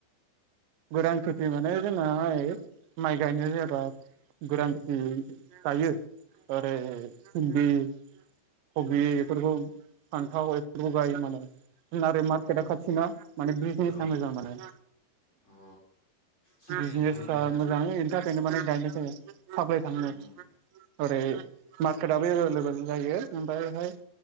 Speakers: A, on the right (about 75°); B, on the left (about 35°).
A: गोरान खेथि माने जोंनाहाय माइ गायनाय जायाबा गोरान खेथि गायो ओरै फिनदि खबि इफोरखौ फानथाव जगायो माने जोंहा आरो मार्केटआ
B: अ
A: खाथिना माने बिजनेसा
B: ओं
A: मोजां माने
B: अ साप्लाय
A: बिजनेस
B: थाङो माने ना
A: मोजां बेनि थाखायनो <unintelligible> माने गायनाय जायो सााब्लाय थांनो
B: उम
A: ओरै मार्केटाबबो एभेलेबेल <unintelligible> जायो ओमफ्रायहाय